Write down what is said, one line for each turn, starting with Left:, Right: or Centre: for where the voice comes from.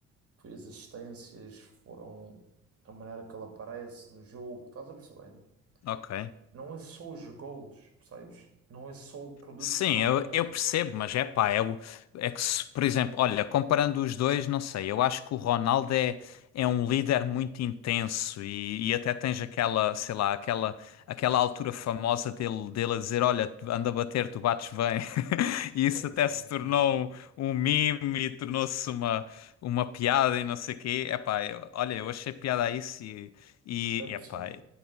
Right: foi as assistências, foram a maneira que ele aparece no jogo. Estás a perceber?
Left: ok.
Right: Não é só os golos, percebes? Não é só o produto
Left: Sim,
Right: final
Left: eu,
Right: que conta.
Left: eu percebo, mas é pá, é, o- é que se, por exemplo, olha, comparando os dois, não sei, eu acho que o Ronaldo é, é um líder muito intenso e, e até tens aquela, sei lá, aquela, aquela altura famosa dele, dele a dizer, olha, tu- anda a bater, tu bates bem. <laughs> E
Right: Sim,
Left: isso até
Right: sim,
Left: se
Right: sim,
Left: tornou
Right: sim.
Left: um, um meme e tornou-se uma, uma piada e não sei o quê. É pá, eu- olha, eu achei piada a isso e... E,
Right: É possível.
Left: epá,